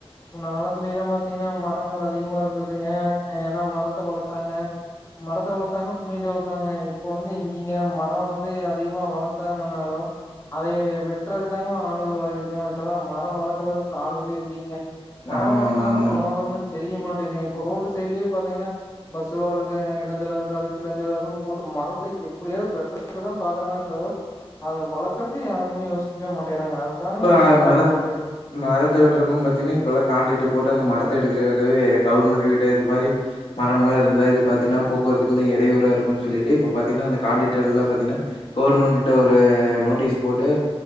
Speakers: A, on the left (about 25°); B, on the left (about 60°).
A: முன்ன காலத்துல எல்லா பாத்தீங்கனா மரங்கள் அதிகமா இருந்ததுங்க ஏன்னா மரத்த வளத்தாங்க மரத்த வளத்தாங்க புண்ணியத்த வளத்தாங்க இப்போ வந்து இங்கிங்க மரம் வந்து அதிகமா வளத்தாங்கானாலு அதயே வெட்ற ப்தாங்க ஆளுகவா இருக்காங்க அதா மர வளக்குறதுக்கு ஆளுங்களே இல்லீங்க மரோ
B: ஆமாமாங்க.
A: வளத்தாதா
B: முன்
A: மழ வருன்னு தெரிய மாட்டேகிதுங்க இப்போ ரோட்டுசைட்லயே பாத்தீங்கனா பஸ்ஸு வர்றது இடஞ்சல இருக்கு அதுக்கு இடஞ்சல இருக்குன் போட்டு மரத்தை எப்படியாவது வெட்டறதுக்கு தா பாக்குறாங்களே தவிர அத வளர்க்கறக்கு யாருமே யோசிக்க <unintelligible> மாட்டேறாங்க அதுதாங்க
B: ஆ
A: மழையே
B: மரத்
A: வரமாட்டேங்குது
B: மரத் மரத்த வெட்றப்ப பாத்தீன்னா இப்பெல்லா காண்டீட்டு போட்டு அந்த மரத்த எடுக்கிறக்காகவே கவர்மெண்ட் கிட்ட இது மாரி மரம்ல இருந்தா இது பாத்தீன்னா போக்குவரத்துக்கெல்லா இடையூறா இருக்குன் சொல்லிட்டு இப்ப பாத்தீங்ன்னா அந்த காண்டிட்டர் எல்லா பாத்தீங்ன்னா கவர்மெண்ட் கிட்ட ஒரு நோட்டீஸ் போட்டு